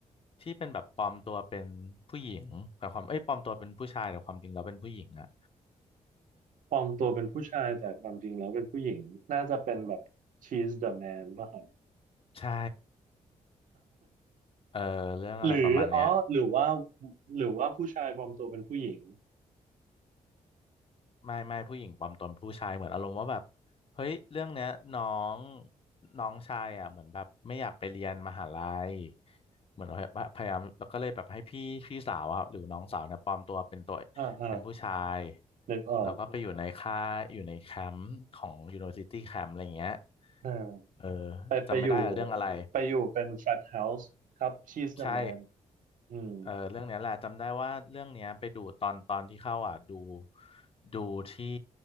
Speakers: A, on the left; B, on the right.
A: ที่เป็นแบบปลอมตัวเป็นผู้หญิงแต่ความเอ้ยปลอมตัวเป็นผู้ชายแต่ความจริงเราเป็นผู้หญิงอะ
B: ปลอมตัวเป็นผู้ชายแต่ความจริงแล้วเป็นผู้หญิงน่าจะเป็นแบบ She's the Man ป่ะครับ
A: ใช่เออเรื่องอะไรประมาณเนี้ย
B: หรืออ๋อหรือว่าหรือว่าผู้ชายปลอมตัวเป็นผู้หญิง
A: ไม่ไม่ผู้หญิงปลอมตนผู้ชายเหมือนอารมณ์ว่าแบบเฮ้ยเรื่องเนี้ยน้องน้องชายอ่ะเหมือนแบบไม่อยากไปเรียนมหาลัยเหมือนพยายามแล้วก็เลยแบบให้พี่พี่สาวอะหรือน้องสาวเนี่ยปลอมตัวเป็นตัว
B: อ่าอ่า
A: เป็นผู้ชาย
B: นึกออก
A: แล้วก็ไปอยู่ในค่ายอยู่ในแคมป์ของ University Camp อะไรเงี้ย
B: อ่า
A: เออ
B: ไปไปอยู่
A: จำไม่ได้แล้วเรื่องอะไร
B: ไปอยู่เป็นแฟตเฮาส์ครับ she's the
A: ใช่
B: man อืม
A: เออเรื่องเนี้ยแหละจำได้ว่าเรื่องเนี้ยไปดูตอนตอนที่เข้าอ่ะดูดูที่